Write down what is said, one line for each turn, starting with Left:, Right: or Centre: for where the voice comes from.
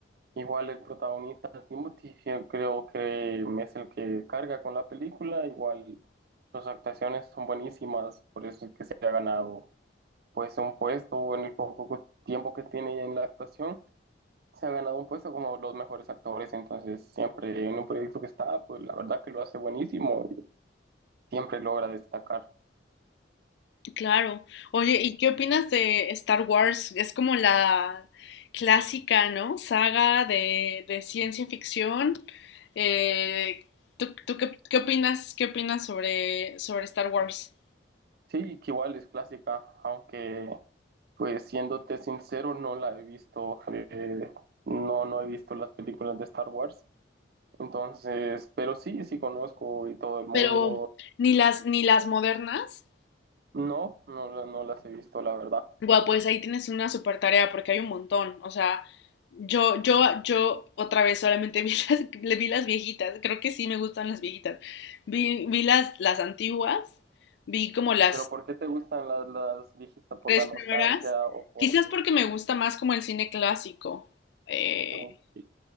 Right: igual el protagonista Timothy, yo creo que es el que carga con la película, igual sus actuaciones son buenísimas, por eso es que se ha ganado pues un puesto en el poco tiempo que tiene en la actuación. se ha ganado un puesto como los mejores actores, entonces siempre en un proyecto que está, pues la verdad que lo hace buenísimo y siempre logra destacar.
Left: Claro. Oye, ¿y qué opinas de Star Wars? Es como la clásica, ¿no? Saga de, de ciencia ficción. Eh, ¿tú, tú qué, qué opinas, qué opinas sobre, sobre Star Wars?
Right: Sí, que igual es clásica, aunque pues siéndote sincero, no la he visto, eh, no, no he visto las películas de Star Wars, entonces, pero sí, sí conozco y todo el mundo,
Left: pero ni las, ni las modernas.
Right: no, no, la- no las he visto, la verdad.
Left: Guau, pues ahí tienes una super tarea porque hay un montón. O sea, yo, yo, yo otra vez solamente <laughs> vi las, le vi las viejitas. Creo que sí me gustan las viejitas. Vi, vi las, las antiguas, vi como las
Right: Pero ¿por qué te gustan las, las viejitas? ¿Por
Left: tres
Right: la
Left: primeras.
Right: nostalgia o por...
Left: Quizás porque me gusta más como el cine clásico. eh,
Right: no? Qué